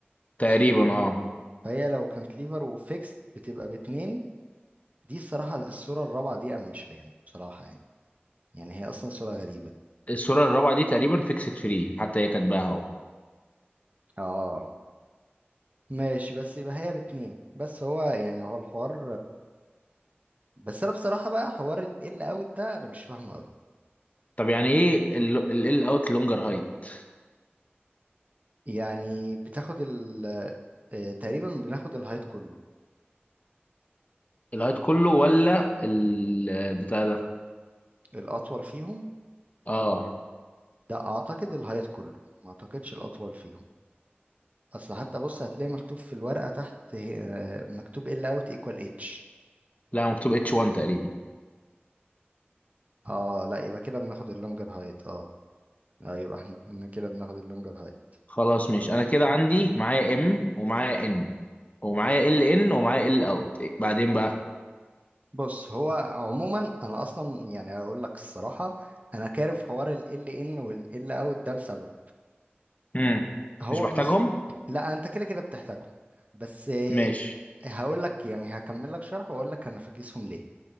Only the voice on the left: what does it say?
تقريبا
اه
الصوره الرابعه دي تقريبا فيكسد فري حتى هي كاتباها اهو
طب يعني ايه ال اوت لونجر هايت
الهايت كله ولا البتاع ده
اه
لا مكتوب اتش 1 تقريبا
خلاص ماشي انا كده عندي معايا ام ومعايا ان ومعايا ال ان ومعايا ال اوت بعدين بقى
امم
مش محتاجهم
ماشي